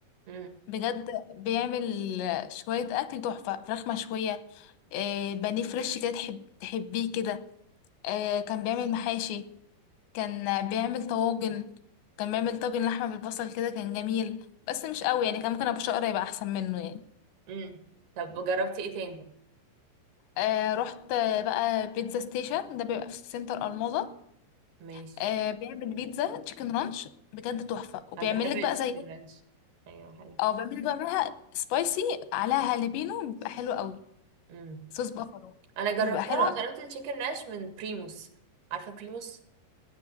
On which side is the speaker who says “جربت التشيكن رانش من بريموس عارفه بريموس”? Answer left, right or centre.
Right